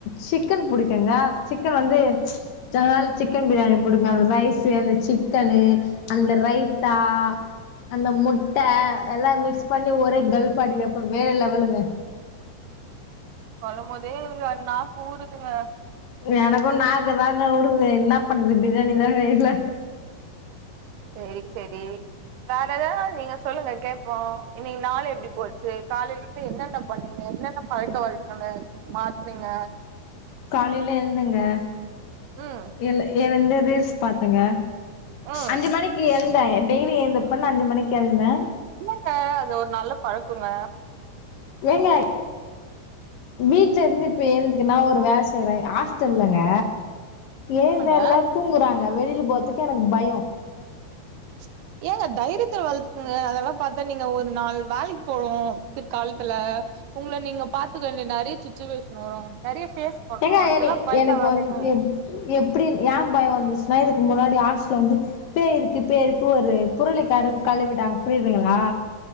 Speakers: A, on the left; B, on the right.
A: சிக்கன் பிடிக்குங்க சிக்கன் வந்து அதனால சிக்கன் பிரியாணி போட்டுக்குவே அந்த ரைஸ் அந்த சிக்கனு அந்த ரைத்தா அந்த முட்ட எல்லா மிக்ஸ் பண்ணி ஒரே கல்ப்பா ஆடிறப்ப வேற லெவலுங்க <inaudible>
B: சொல்ல போதே எ நாக்கு ஊறுதுங்க
A: எனக்கு நாக்கு தாங்க உடுது என்ன பண்றது பிரியாணி தாங்க இல்ல
B: செரி செரி வேற எதா நீங்க சொல்லுங்க கேப்போ இன்னிக்கு நாள் எப்டி போச்சு காலைலந் து என்னென்ன பண்ணீங்க என்னென்ன பழக்க வழக்கங்க மாத்துறீங்க
A: காலையில எழுதுங்க
B: ம்
A: எழு எழுந்து ரீல்ஸ் பாத்தங்க
B: ம்
A: அஞ்சு மணிக்கு எழுந்தே டெய்லி எழுந்தப்பன்னு அஞ்சு மணிக்கு எழுந்தே
B: இல்லங்க அது ஒரு நல்ல பழக்கொங்க
A: நீங்க வீட்டு்ல இருந்து இப்ப எந்துறுன்னா ஒரு வே செய்வே ஹாஸ்டல்லங்க எழுந்த
B: ஆங்க
A: எல்லா தூங்குறாங்க வெளியில போறதுக்கு எனக்கு பயொ
B: <inaudible> ஏங்க தைரியத்த வளத்துக்குங்க அதெல்லா பாத்தா நீங்க ஒரு நாள் வேலைக்கு போவோ பிற்காலத்துல உங்ள நீங்க பாத்துக்க வேண்டிய நறைய சுச்சுவேஷன் வரு நறைய ஃபேஸ் பண்ணு
A: எங்க எனி
B: இதெல்லா பயந்த
A: எனக்கு
B: வேலைங்க
A: வந் ம் எபடி எ பய வந்துச்சுன்னா இதுக்கு முன்னாடி ஹாஸ்ட்ல வந்து பேய் இருக்கு பேய் இருக்கு ஒரு புரளி கரு கழுவிட்டாங்க புரியுதுங்களா